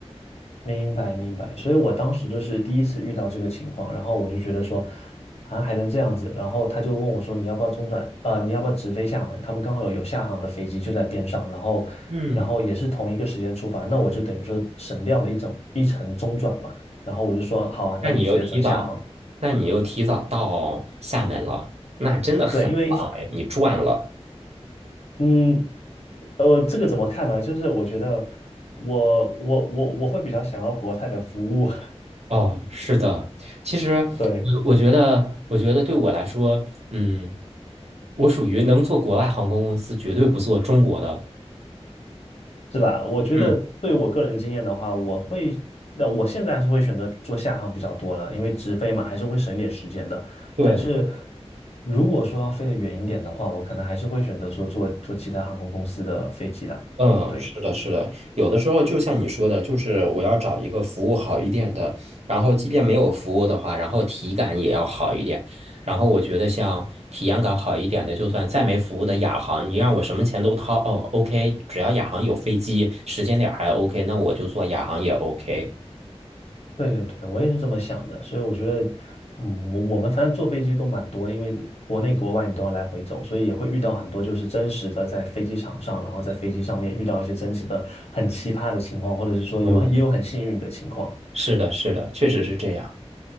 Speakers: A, on the left (about 70°); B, on the right (about 70°).
A: 明白明白，所以我当时就是第一次遇到这个情况，然后我就觉得说，啊还能这样子，然后他就问我说你要不要中转，啊？呃你要不要直飞厦门？他们刚好有有厦航的飞机就在边上，然后然后也是同一个时间出发，
B: 嗯，
A: 那我就等于说省掉了一整一程中转嘛，然后我就说好啊，
B: 那你又提早，
A: 那就直接转厦航。
B: 那你又提早到厦门了，那真的很棒哎，
A: 对，因为
B: 你赚了。
A: 嗯呃这个怎么看呢？就是我觉得我我我我会比较想要国泰的服务，
B: 哦，是的，其实
A: <laughs> 对。
B: 我我觉得，我觉得对我来说，嗯，我属于能做国外航空公司，绝对不做中国的。
A: 是吧？我觉得对我个人经验的话，
B: 嗯，
A: 我会，那我现在是会选择做下航比较多了，因为直飞嘛，还是会省点时间的。
B: 对，
A: 但是如果说要飞得远一点的话，我可能还是会选择说坐坐其他航空公司的飞机啦。
B: 嗯，
A: 对，
B: 是的，是的，有的时候就像你说的，就是我要找一个服务好一点的，然后即便没有服务的话，然后体感也要好一点。然后我觉得像体验感好一点的，就算再没服务的亚航，你让我什么钱都掏，哦，OK，只要亚航有飞机，时间点儿还 OK，那我就坐亚航也 OK。
A: 对对对，我也是这么想的。所以我觉得，嗯，我我们反正坐飞机都蛮多，因为国内国外你都要来回走，所以也会遇到很多就是真实的在飞机场上，然后在飞机上面遇到一些真实的很奇葩的情况，或者是说有也有很幸运的情况。
B: 对是的，是的，确实是这样。